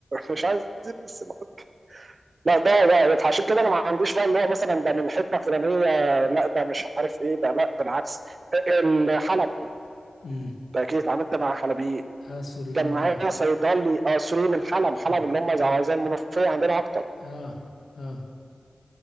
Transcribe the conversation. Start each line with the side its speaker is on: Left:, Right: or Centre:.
Right: مش عايز زيت بس ما- لا ده ده فعشان كده انا ما عنديش بقى اللي هو مثلا ده من حته فلانيه لا ده مش عارف ايه ده لا بالعكس الحلب
Left: امم
Right: ده اكيد اتعاملت مع حلبيين
Left: اه السوريين
Right: كان معايا
Left: اه
Right: صيدلي آه سوري من حلب حلب
Left: امم
Right: اللي هم زي المنوفيه عندنا اكتر
Left: اه اه